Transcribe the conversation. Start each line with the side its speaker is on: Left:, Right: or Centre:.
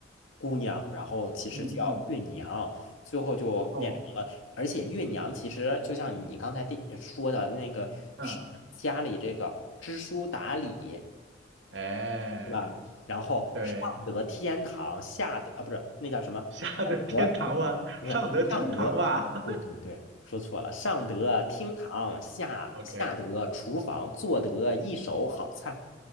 Left: 姑娘，然后其实叫月娘，
Right: 嗯嗯，
Left: 最后就变成了，
Right: 哦，
Left: 而且月娘其实就像你刚才第说的那个，
Right: 嗯，
Left: 是家里这个知书达理，
Right: 哎，
Left: 对吧？然后上得天堂，
Right: 对。
Left: 下得啊不是那叫什么？上得
Right: 下得天堂哇，
Left: 不是上得，
Right: 上得厅堂哇。<laughs>
Left: 对对对，说错了，上得厅堂，下下得厨房，
Right: OK，
Left: 做得一手好菜。